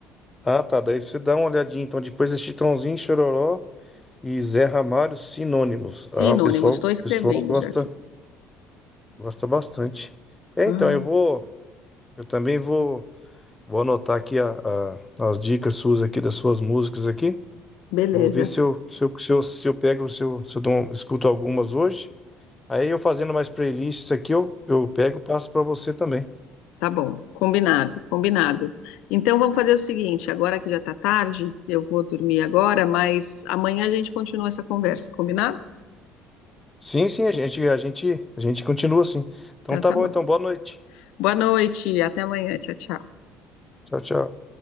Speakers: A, on the left; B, on the left.
A: Ah, tá. Daí você dá uma olhadinha. Então, depois é Chitãozinho, Chororó e Zé Ramalho, Sinônimos.
B: Sinônimos,
A: Ah, o pessoal,
B: estou escrevendo
A: o pessoal gosta,
B: já aqui.
A: gosta bastante. É,
B: Ah,
A: então, eu vou... Eu também vou, vou anotar aqui a, a- as dicas suas aqui, das suas músicas aqui.
B: Beleza,
A: Vou ver se eu, se eu, se eu, se eu pego, se eu, se eu dou um- escuto algumas hoje. Aí eu fazendo mais playlists aqui, eu, eu pego e passo para você também.
B: tá bom. Combinado, combinado. Então vamos fazer o seguinte, agora que já tá tarde, eu vou dormir agora, mas amanhã a gente continua essa conversa, combinado?
A: Sim, sim, a gente, a gente, a gente continua assim. Então
B: Então
A: tá
B: tá
A: bom,
B: bom.
A: então boa noite.
B: Boa noite, até amanhã. Tchau, tchau.
A: Tchau, tchau.